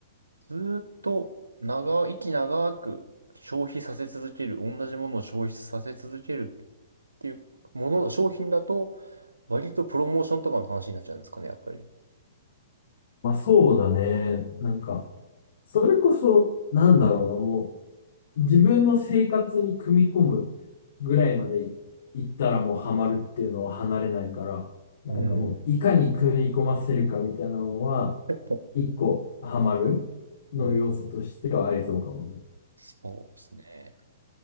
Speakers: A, on the right; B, on the left.
A: ずーっと長、息長く消費させ続ける、同じものを消費させ続けるっていうもの、商品だと、割とプロモーションとかの話になっちゃうんですかね、やっぱり。
B: まあそうだね。なんか、それこそ、なんだろうな、もう、自分の生活に組み込むぐらいまでい行ったらもうハマるっていうのは離れないから、なんかもういかに組み込ませるかみたいなのは、
A: うん。<laughs>
B: 一個ハマるの要素としてはありそうかもね。
A: うんそうですね。